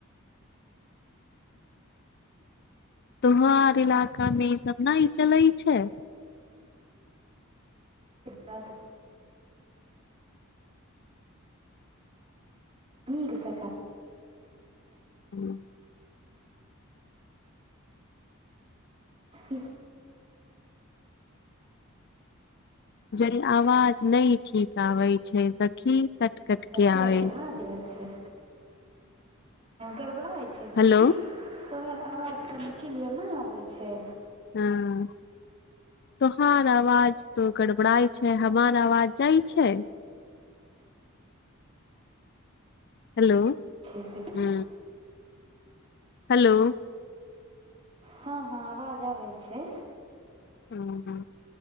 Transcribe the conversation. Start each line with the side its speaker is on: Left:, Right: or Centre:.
Left: तोहर इलाकामे ईसभ ने ई चलै छै
Right: बाद नीक सकार
Left: <unintelligible>
Right: इस
Left: जद आवाज नहि ठीक आबै छै सखी कट कट
Right: तसभहाादर
Left: के आबै छै
Right: झ गड़बड़ा इ छै सखी
Left: हेलो
Right: तोहर आवाज त नि किलियर नहि आबै छै
Left: हँ तोहार आवाज तो गड़बड़इ छै हमार आवाज जाइ छै हेलो
Right: छै सखी
Left: ह हेलो
Right: हँ हँ आवाज आबै छै
Left: ह ह